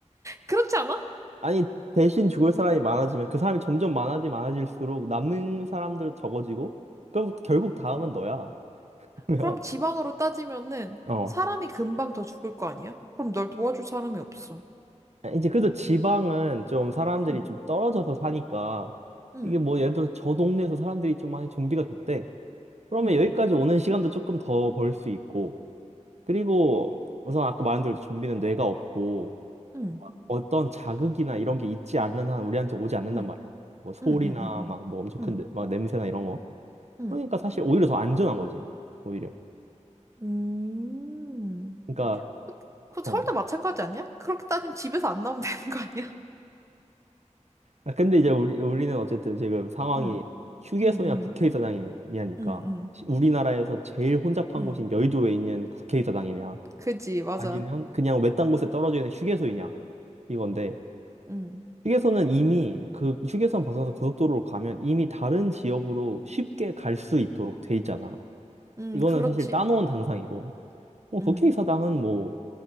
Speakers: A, on the right; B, on the right.
A: 그렇지 않아?
B: 아니, 대신 죽을 사람이 많아지면 그 사람이 점점 많아지 많아질수록 남는 사람들도 적어지고, 그럼 결국 다음은 너야. <laughs> 그러면
A: 그럼 지방으로 따지면은
B: 어,
A: 사람이 금방 더 죽을 거 아니야? 그럼 널 도와줄 사람이 없어.
B: 이제 그래도 지방은 좀 사람들이
A: 응,
B: 좀 떨어져서 사니까
A: 응,
B: 이게 뭐 예를 들어 저 동네에서 사람들이 좀 많이 좀비가 됐대. 그러면
A: 응,
B: 여기까지 오는 시간도 조금 더 벌 수 있고 그리고 우선 아까 말한 대로 좀비는 뇌가 없고
A: 응,
B: 어떤 자극이나 이런 게 있지 않는 한 우리한테 오지 않는단
A: 응,
B: 말이야. 뭐 소리나
A: 응, 응, 응, 응,
B: 막 뭐 엄청 큰
A: 응.
B: 내- 막 냄새나 이런
A: 응.
B: 그러니까 사실 오히려 더 안전한 거지. 오히려.
A: 음,
B: 그러니까
A: 그, 그
B: 어.
A: 설도 마찬가지 아니야? 그렇게 따지면 집에서 안 나오면 되는 거 아니야?
B: 아, 근데 이제 우리 우리는 어쨌든 지금 상황이
A: <laughs> 응,
B: 휴게소냐
A: 응, 응,
B: 국회의사당이냐니까
A: 응, 응,
B: 시- 우리나라에서 제일 혼잡한
A: 응,
B: 곳인 여의도에 있는 국회의사당이냐
A: 그지, 맞아.
B: 아니면 그냥 외딴 곳에 떨어져 있는 휴게소이냐 이건데
A: 응
B: 휴게소는 이미 그 휴게소 벗어나서 고속도로로 가면 이미 다른 지역으로 쉽게 갈 수 있도록 돼 있잖아.
A: 응,
B: 이거는
A: 그렇지.
B: 사실 따놓은 당상이고 뭐
A: 응,
B: 국회의사당은 뭐